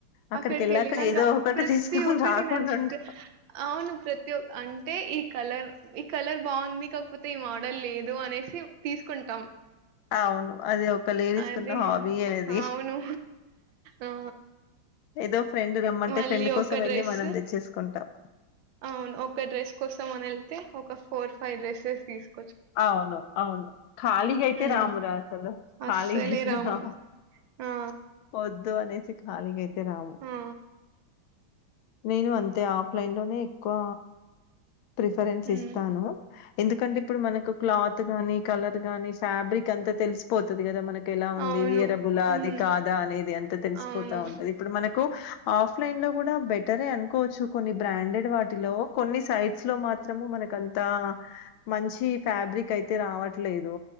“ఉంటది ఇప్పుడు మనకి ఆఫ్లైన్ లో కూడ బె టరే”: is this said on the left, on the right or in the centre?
Left